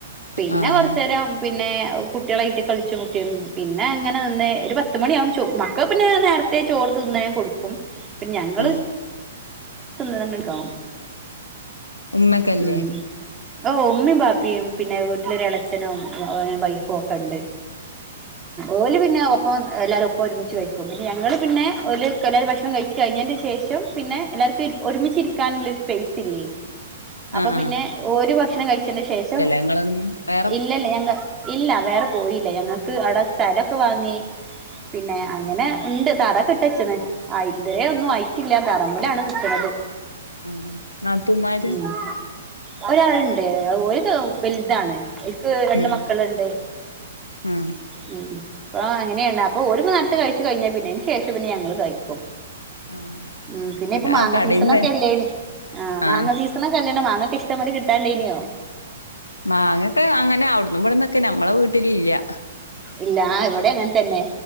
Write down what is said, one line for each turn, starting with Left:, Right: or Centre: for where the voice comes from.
Right: പിന്നെ
Left: ആഹ്
Right: കൊറചേരം പി ന്നേ കുട്ട്യേളായിട്ട് കളിച്ചും കുട്ടിയ പിന്നെ ഇങ്ങനെ വന്ന് ഒരു പത്ത് മണിയാവും ചോ മക്കക് ക് പിന്നെ നേരത്തെ ചോറ് തിന്നാഞാൻ കൊടുക്കും. പിന്നെ ഞങ്ങള്
Left: ആഹ്
Right: തിന്ന്ണ നൊന്നണിക്കാവും
Left: ഉമ്മക്കല്ലേ
Right: ഉം ഓഹ് ഉമ്മീം ബാപ്പിം പിന്നെ വീ ട്ട്ലൊരെളച്ചനും ഓന് വൈഫും ഒക്കെണ്ട്. ഓല് പിന്നെ ഒപ്പം എല്ലാവരും ഒപ്പം ഒരുമിച്ച് കഴിക്കും. പിന്നെ ഞങ്ങൾ പിന്നെ ഓല്കെല്ലാരും ഭക്ഷണം കഴിച്ച് കഴിഞേന്റെ ശേഷം പിന്നെ എല്ലാർക്കും ഇരി ഒരുമിച്ച് ഇരിക്കാന്ല്ലൊരു സ്പേസ് ഇല്ലേയ്. അപ്പൊ
Left: ആഹ്
Right: പിന്നെ ഓര് ഭക്ഷണം കഴിച്ചേന്റെ ശേഷം
Left: നിങ്ങള <unintelligible>
Right: ഇല്ലല്ല ഞങ്ങ് ഇല്ല വേറെ പോയില്ല. ഞങ്ങക്ക് അവടെ സ്ഥലൊക്കെ വാങ്ങി. പിന്നെ അങ്ങനെ ഇണ്ട്. തറക്കെ ഇട്ടച്ച്ണ്. ആയി ഇതരെ ഒന്നും ആയിറ്റില്ല. തറമ്മലാണ് നിക്ക്ണത്.
Left: ഉം നാത്തൂമാര്
Right: ഉം ഒരാള്ണ്ട് ഔഹ് ഓൽക്കെ വെൽതാണ്. ക് രണ്ട്
Left: ഉം
Right: മക്കള്ണ്ട്.
Left: ഉം
Right: അങ്നെ. ഇവടെ അങ്ങനെണ് അപ്പൊ ഓര്പ്പ നേരത്തെ കഴിച്ചു കഴിഞ്ഞാ പിന്നെ അയ്ന് ശേഷം പിന്നെ ഞങ്ങൾ കഴിക്കും.
Left: ആ
Right: ഉം പിന്നെ
Left: ഇവിടെ
Right: ഇപ്പൊ മാങ്ങ
Left: കടേന്ന്
Right: സീസണൊക്കെ അല്ലേന്യോ, ആഹ്
Left: ആ
Right: മാങ്ങ സീസണൊ ക്കല്ലേണൊ മാങ്ങൊക്കെ ഇഷ്ടം പോലെ കിട്ടാണ്ടായ്ന്യോ?
Left: മാങ്ങൊക്കെ അങ്ങനെ അവ്ട്ന്നും ഇബട്ന്നൊക്കെ, ഞമ്മളെ വീട്ടിലില്ല്യ.
Right: ഇല്ല ആഹ് ഇവടെ അങ്ങൻ തന്നെ.